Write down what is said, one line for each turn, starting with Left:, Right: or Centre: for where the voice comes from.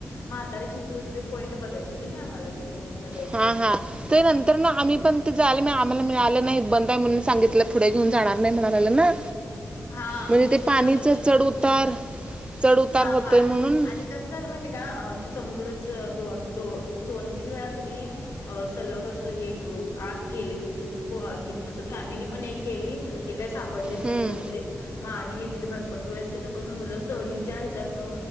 Left: म्हातारीची चूल तें पॉईंट बघायचं होत ना आम्हाला, ट्रेंडिंगमध्ये
Right: हा. हा. ते नंतर ना आम्ही पण झालं म आम्हाला मिळालं नाही, बंद आहे म्हणून सांगितलं, पुढे घेऊन जाणार नाही म्हणाले लागळेना.
Left: हा
Right: म्हणजे
Left: तसच
Right: ते पाणीच
Left: झालं होतं
Right: चढउतार,
Left: ना
Right: चढउतार
Left: हा
Right: होतय
Left: पाणी
Right: म्हणून?
Left: आणि कसं झालं माहितीय का? तें समुद्राच्या दोन, दो-दोन तीन वेळा क नाई अ सलग अस हे आत गेले, पोहा असं फॅमिली पण एक गेली ते काय सापडलेच
Right: हम्म,
Left: नाहीत बहु म आणि तिथ गणपती व्यवस्थित पण मुलं सहलीच्या ह्याच्यात न